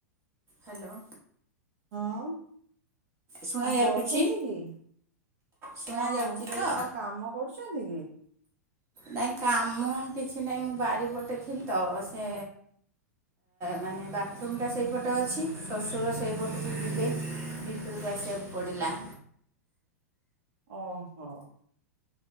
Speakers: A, on the right (about 30°); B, on the right (about 50°).
A: ହାଲୋ।
B: ହଁ
A: ଶୁଣାଯାଉଛି
B: କଣ କରୁଛନ୍ତି କି?
A: ଶୁଣାଯାଉଛି
B: ହଁ ମୁଁ କହିଲି
A: ତ
B: କଣ କାମ କରୁଛନ୍ତି କି?
A: ନାଇଁ କାମ କିଛି ନାଇଁ ମୁଁ ବାରି ପଟେ ଥିଲି ତ ସେ ମାନେ ବାଥରୁମଟା ସେଇପଟେ ଅଛି ଶଶୁର ସେଇପଟକୁ ଯିବେ। ଭିତରକୁ ଆସିବାକୁ ପଡ଼ିଲା।
B: ଓ ହୋ।